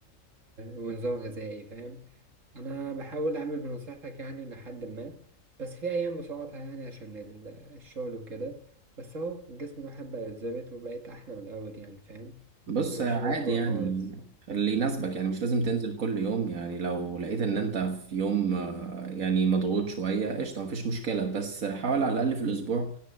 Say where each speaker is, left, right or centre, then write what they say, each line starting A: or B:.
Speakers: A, on the right; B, on the right.
A: ونظام غذائي فاهم انا بحاول اعمل بنصيحتك يعني لحد ما بس في ايام بسقطها يعني عشان ال- الشغل وكده بس اهو جسم الواحد بقى اتظبط وبقيت احلى من الاول يعني فاهم
B: بص
A: مبقتش
B: عادي
A: زي الاول
B: يعني
A: خالص
B: اللي يناسبك يعني مش لازم تنزل كل يوم يعني لو لقيت ان انت في يوم آه، يعني مضغوط شوية قشطة مفيش مشكلة بس حاول على الأقل في الأسبوع